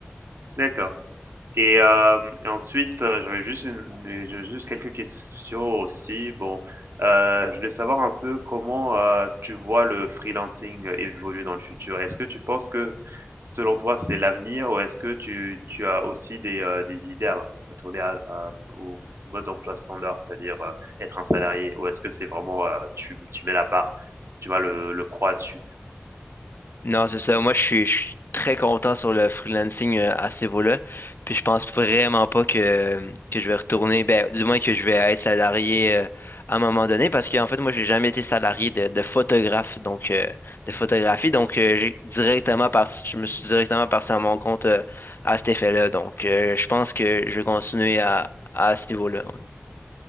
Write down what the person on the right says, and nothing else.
D'accord. Et, euh, et ensuite, heu, j'avais juste une mais j'ai juste quelques questions aussi. Bon, heu, je voulais savoir un peu comment, heu, tu vois le freelancing, heu, évoluer dans le futur? Est-ce que tu penses que, selon toi, c'est l'avenir ou est-ce que tu tu as aussi des, heu, des idées à retourner à à au mode emploi standard? C'est-à-dire, heu, être un salarié ou est-ce que c'est vraiment, heu, tu tu mets la barre, tu vas le le croix dessus?